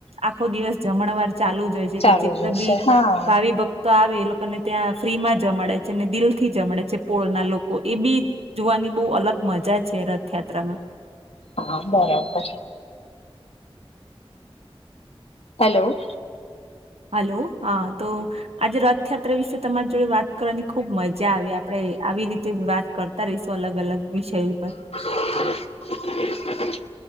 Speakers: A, on the right (about 90°); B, on the left (about 85°).
A: આખો દિવસ જમણવાર ચાલુ જ એટલે
B: ચાલુ
A: જેટલા
B: જશે
A: બી
B: હા
A: ભાવિ ભક્ તો આવે એ લોકોને ત્યાં ફ્રી માં જમાડે છેને દિલ થી જમાડે છે, પોળ ના લોકો એ બી જોવાની બહુ અલગ મજા છે, રથયાત્રામા
B: હા બરાબર હેલો
A: હેલો હા તો આજે રથયાત્રા વિશે તમારી જોડે વાત કરવાની ખુબ મજા આવે આપડે આવી રીતે વાત કરતા રહીશું અલગ અલગ વિષયો ઉપર
B: <inaudible>